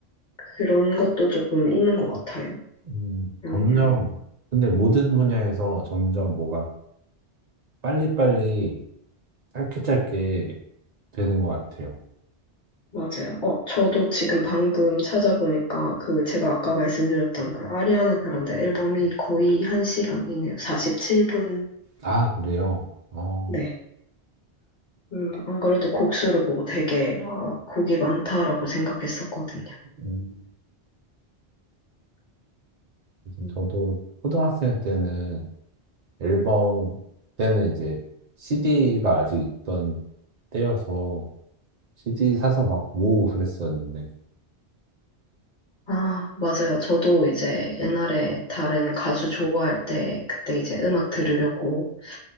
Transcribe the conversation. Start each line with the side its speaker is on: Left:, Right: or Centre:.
Left: 그런 것도 조금 있는 것 같아요.
Right: 음,
Left: 영향.
Right: 점점, 근데 모든 분야에서 점점 뭐가 빨리빨리 짧게 짧게 되는 것 같아요.
Left: 맞아요. 어, 저도 지금 방금 찾아보니까 그 제가 아까 말씀드렸던 그 아리아나 그란데 앨범이 거의 한시간이네요 47분이에요.
Right: 아, 그래요? 어.
Left: 네. 음, 안 그래도 곡수를 보고 되게, 아, 곡이 많다라고 생각했었거든요.
Right: 음. 요즘
Left: 음.
Right: 저도 초등학생 때는 앨범, 그때는 이제 CD가 아직 있던 때여서 CD 사서 막 모으고 그랬었는데,
Left: 아, 맞아요. 저도 이제 옛날에 다른 가수 좋아할 때, 그때 이제 음악 들으려고